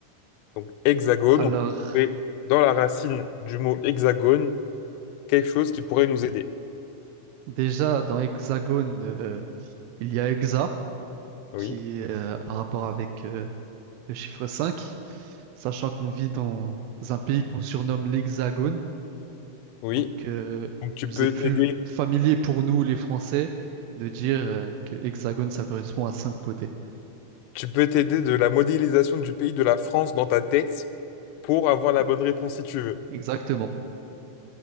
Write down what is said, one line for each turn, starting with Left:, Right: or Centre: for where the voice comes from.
Left: Donc hexagone,
Right: Alors,
Left: on peut trouver dans la racine du mot hexagone quelque chose qui pourrait nous aider.
Right: déjà, dans Hexagone, euh, il y a Hexa,
Left: Oui,
Right: qui est euh, en rapport avec euh, le chiffre 5, sachant qu'on vit dans un pays qu'on surnomme l'Hexagone.
Left: oui.
Right: Donc, euh,
Left: Donc tu
Right: il nous
Left: peux
Right: est plus
Left: t'aider,
Right: familier pour nous, les Français, de dire euh, que Hexagone, ça correspond à 5 côtés.
Left: tu peux t'aider de la modélisation du pays de la France dans ta tête pour avoir la bonne réponse si tu veux.
Right: Exactement.